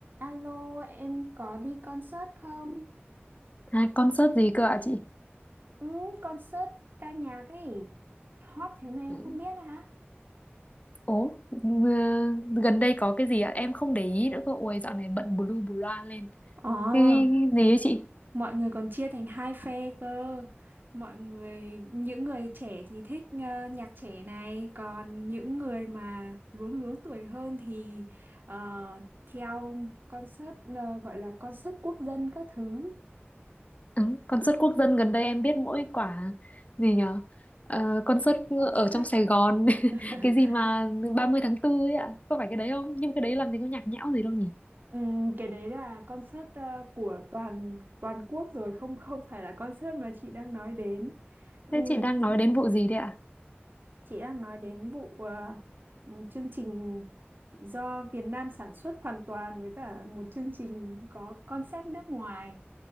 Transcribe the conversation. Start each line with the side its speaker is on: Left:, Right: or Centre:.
Right: Alo, em có đi concert không?
Left: À, concert gì cơ ạ chị?
Right: Ừ, concert ca nhạc ấy. Hot thế mà em
Left: Ừ.
Right: không biết hả?
Left: Ố, ừ, gần đây có cái gì ạ? Em không để ý nữa cơ. Ôi, dạo này bận bù lu bù loa lên.
Right: Ờ,
Left: Cái, cái gì ấy chị?
Right: mọi người còn chia thành hai phe cơ. Mọi người, những người trẻ thì thích ờ, nhạc trẻ này, còn những người mà luống luống tuổi hơn thì ờ, theo concert ờ, gọi là concert quốc dân các thứ.
Left: Ừ, concert quốc dân gần đây em biết mỗi quả gì nhở? Ờ, concert
Right: Concert.
Left: ở trong Sài Gòn. <laughs>
Right: <laughs>
Left: Cái gì mà ba mươi tháng 4 ấy ạ? Có phải cái đấy không? Nhưng cái đấy làm gì có nhạc nhẽo gì đâu nhỉ?
Right: Ừm, cái đấy là concert ờ, của toàn toàn quốc rồi không không phải là concert mà chị đang nói đến Ừm,
Left: Thế chị đang nói đến vụ gì đấy ạ?
Right: chị đang nói đến vụ ờ, ừm, chương trình do Việt Nam sản xuất hoàn toàn với cả một chương trình có concept nước ngoài